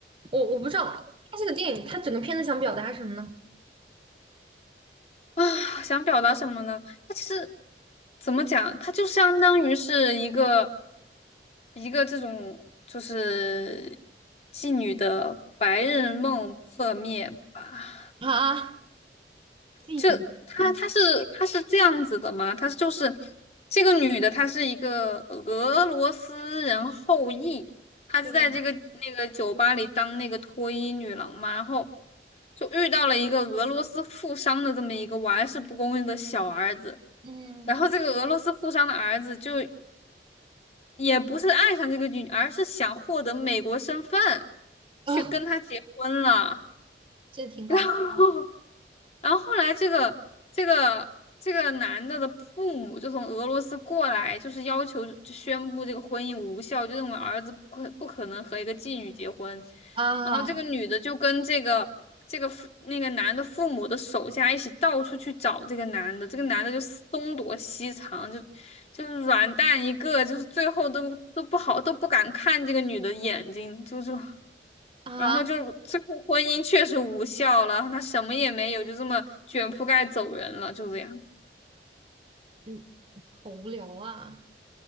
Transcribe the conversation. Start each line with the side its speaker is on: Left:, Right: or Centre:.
Right: 我我不知道他这个电影，他整个片子想表达什么呢？
Left: 啊。想表达什么呢？他其实怎么讲，他就相当于是一个一个这种就是妓女的白日梦破灭吧。
Right: 啊？妓女，
Left: 就他他是他是这样子的吗？
Right: 嗯，
Left: 他就是这个女的，她是一个俄罗斯人后裔，她就在这个那个酒吧里当那个脱衣女郎嘛，
Right: 对，
Left: 然后就遇到了一个俄罗斯富商的这么一个玩世不恭的小儿子，
Right: 嗯，
Left: 然后这个俄罗斯富商的儿子就也不是爱上这个女，而是想获得美国身份
Right: 啊，
Left: 去跟她结婚了，
Right: 这挺搞笑的
Left: <laughs> 然后然后后来这个这个这个男的的父母就从俄罗斯过来，就是要求就宣布这个婚姻无效，就认为儿子不可不可能和一个妓女结婚。
Right: 啊
Left: 然后这个女的就跟这个这个父那个男的父母的手下一起到处去找这个男的，这个男的就四东躲西藏，就就是软蛋一个，就是最后都都不好都不敢看这个女的眼睛，就是。
Right: 啊，
Left: 然后就最后婚姻确实无效了，他什么也没有，就这么卷铺盖走人了，就这样。
Right: 嗯，好无聊啊，